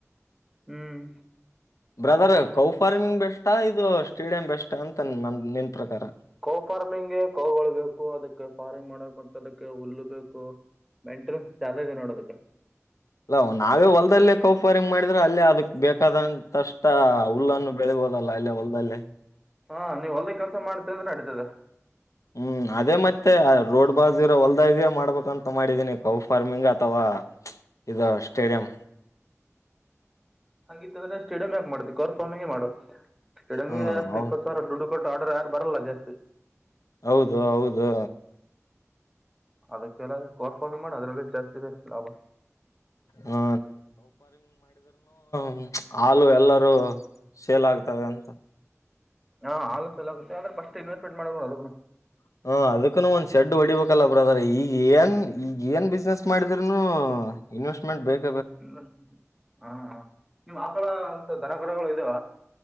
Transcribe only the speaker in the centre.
ಹ್ಮ್
ಕೋ ಫಾರ್ಮಿಂಗ್ ಕೋಗಳು ಅದಕ್ಕೆ ಫಾರ್ಮಿಂಗ್ ಮಾಡಕ್ ಮತ್ತೆ ಅದಕ್ಕೆ ಹುಲ್ಲು ಬೇಕು ಹುಲ್ಲು ಬೇಕು ಫೆಂಟಾಸ್ಟ್ ಚೆನ್ನಾಗಿದೆ ನೋಡದಕೆ
ಹಾ ನೀವ್ ಹೊಲ್ದೇ ಕೆಲ್ಸ ಮಾಡ್ತ ಅಂದ್ರೆ ನಡತದೆ
ಹಂಗಿತ್ತ ಅಂದ್ರೆ ಸ್ಟೇಡಿಯಂ ಯಾಕ್ ಮಾಡತಿ ಕಾರ್ ಫಾರ್ಮಿಂಗ್ ಮಾಡು ಸ್ಟೇಡಿಯಂಗೆ
ಜಾಸ್ತಿ
ಇಪ್ಪತ್ತು ಸಾವಿರ ದುಡ್ಡು ಕೊ ಆರ್ಡರ್ ಯಾರು ಬರಲ್ಲ ಜಾಸ್ತಿ
ಅದಕ್ಕೆಲ್ಲ ಕಾರ್ಫಾಲ ಮಾಡಿ ಅದ್ರಲ್ಲೂ ಜಾಸ್ತಿ ಇದೆ ಲಾಭ
ಹಾ ಆದ ಲಸ ಎಲ್ಲ ಆಗುತ್ತೆ ಆದ್ರೆಫಸ್ಟ್ ಇನ್ವೆಸ್ಟ್ಮೆಂಟ್ ಮಾಡ್ಕೊಂಡು ಅದ
ಇಂ ಹ ನೀವು ಆಕಳ ದಧನಗುರಗಳು ಇದಾವ